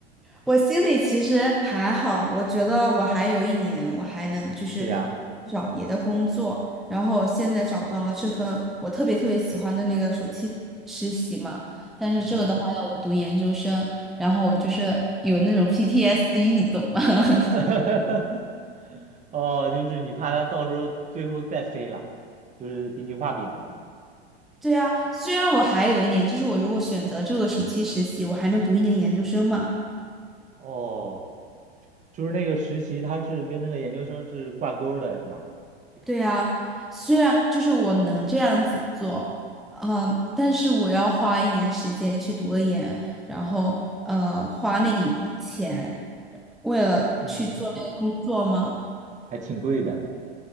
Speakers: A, in the centre; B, on the right.
A: 我心里其实还好，我觉得我还有一年，我还能就是
B: 是呀，
A: 找别的工作。然后现在找到了这份我特别特别喜欢的那个暑期实习嘛，但是这个的话要我读研究生，
B: 嗯，
A: 然后我就是有那种 PTSD，你懂吗？<laughs>
B: <laughs> 哦，就是你怕他到时候最后再飞了，就是给你画饼呢。
A: 对啊，虽然我还有一年，就是我如果选择这个暑期实习，我还能读一年研究生嘛。
B: 哦，就是那个实习，他是跟那个研究生是挂钩儿的，对吧？
A: 对啊，虽然就是我能这样子做，嗯，但是我要花一年时间去读个研，然后呃，花那一笔钱，为了去做那个工作吗？
B: 嗯，对，还挺贵的。